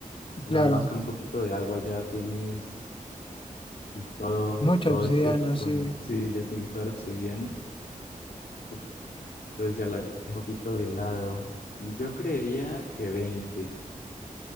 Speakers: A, on the left (about 80°); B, on the left (about 40°).
A: nada
B: Claro,
A: más con un poquito de agua ya tienes todo,
B: mucha
A: todo
B: obsidiana,
A: el set con,
B: sí.
A: sí, ya tienes toda la obsidiana. Uf, Entonces ya la dejé un poquito de lado. Yo creería que 20.